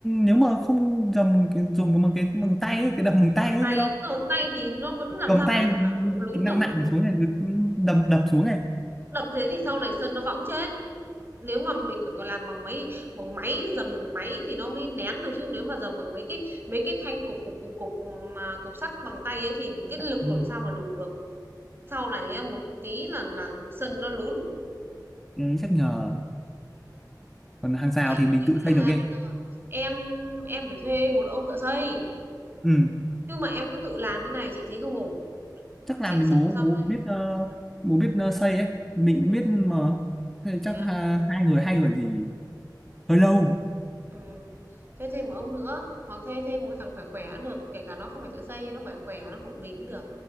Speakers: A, in the centre; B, on the right.
A: nếu mà không dầm cái- dùng cái bằng cái bằng tay ấy, cái đầm bằng tay
B: Dầm bằng
A: ấy
B: tay
A: biết không
B: á, dầm bằng tay thì nó vẫn làm
A: cầm
B: sao
A: tay
B: mà đảm bảo độ lún
A: cái nặng
B: được.
A: nặng xuống này cứ đầm đập xuống này
B: Đập thế thì sau này sân nó võng chết. Nếu mà mình phải còn làm bằng máy bằng máy, dầm bằng máy thì nó mới nén được, chứ nếu mà dầm bằng mấy cái mấy cái thanh cục cục cục cục mà cục sắt bằng tay ấy thì cái lực
A: Ừ,
B: làm sao mà đủ được. Sau này một tí là là sân nó lún.
A: cái đấy chắc nhờ còn hàng rào
B: Chị
A: thì mình
B: nghĩ
A: tự
B: là
A: xây được ấy
B: bây giờ em em phải thuê một ông thợ xây,
A: ừ
B: chứ mà em cứ tự làm thế này chị thấy không ổn.
A: chắc
B: Chị
A: làm thì
B: sợ
A: bố
B: sau
A: bố
B: này
A: biết ờ, bố biết ờ, xây ấy mình cũng biết mà Thế
B: thế
A: chắc
B: à?
A: ha, hai người hai người gì hơi lâu
B: Ừ. Thuê thêm một ông nữa hoặc thuê thêm một thằng khỏe khỏe cũng được, kể cả nó không phải thợ xây nhưng nó khỏe khỏe nó hộ mình cũng được.